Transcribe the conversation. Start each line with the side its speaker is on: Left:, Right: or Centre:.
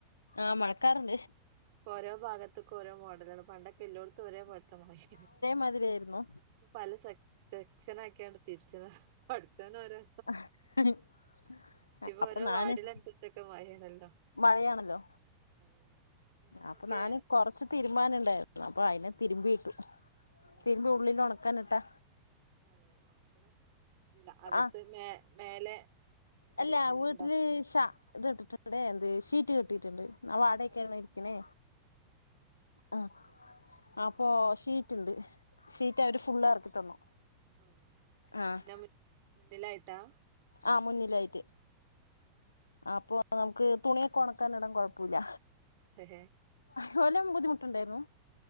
Left: ആഹ് മഴക്കാറ്ണ്ട്
Right: ഓരോ ഭാഗത്ത്ക്കും ഓരോ മോഡലാണ് പണ്ടൊക്കെ എല്ലോട്ത്തും ഒരേ <unintelligible>
Left: മതിരിയിരുന്നു
Right: പല സെ സെക്ഷനക്കിയണ്ട് തിരിച്ചത പഠിച്ചോനരോ
Left: <unintelligible>
Right: ഇപ്പൊ ഓരോ വാർഡിനനുസരിച്ചൊക്കെ മഴേണല്ലോ
Left: മഴയാണല്ലോ
Right: അതെ പിന്നെന്തൊക്കെ
Left: അപ്പൊ ഞാന് കൊറച്ച് തിരുമ്പാനുണ്ടായിര്ന്നു അപ്പൊ അതിനെ തിരുമ്പിയിട്ടു
Right: അതെ
Left: തിരുമ്പി
Right: തിരുമ്പ്
Left: ഉള്ളിൽ ഒണക്കാനിട്ടാ
Right: <inaudible> അകത്ത്
Left: ആഹ്
Right: മേ മേലെ അടി
Left: അല്ല
Right: അങ്ങനെ
Left: വീട്ടില്
Right: ഉണ്ടോ
Left: ഷ ഇത് ഇട്ടിട്ട്ണ്ട് എന്ത് ഷീറ്റ് കെട്ടിട്ടുണ്ട് <unintelligible>
Right: അതെ
Left: ക്കണ ഇരിക്കണേ ആഹ് അപ്പൊ ഷിറ്റ്ണ്ട് ഷീറ്റ് അവര് ഫുള് എറക്കി തന്നു
Right: അതെ അപ്പൊ
Left: ആഹ്
Right: പിന്നെ മുന്നിലായിട്ടാ
Left: ആഹ് മുന്നിലയിട്ട് അപ്പൊ നമുക്ക് തുണിയൊക്കെ ഒണക്കാനിട കൊഴപ്പുല്ല
Right: അതെ
Left: പാലം ബുദ്ധിമുട്ടുണ്ടായിര്ന്നു